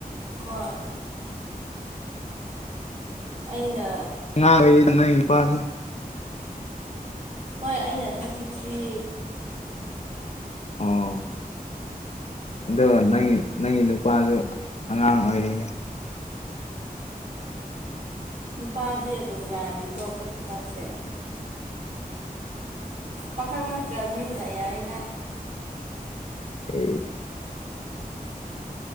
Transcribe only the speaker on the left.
ꯉ ꯅ ꯄꯥꯁ
ꯑꯣ ꯑꯗꯣ ꯅꯪ ꯅꯪꯒꯤ ꯅꯨꯄꯥꯗꯨ ꯑꯉꯥꯡ ꯑꯣꯏꯔꯤꯅꯦ
ꯑꯦ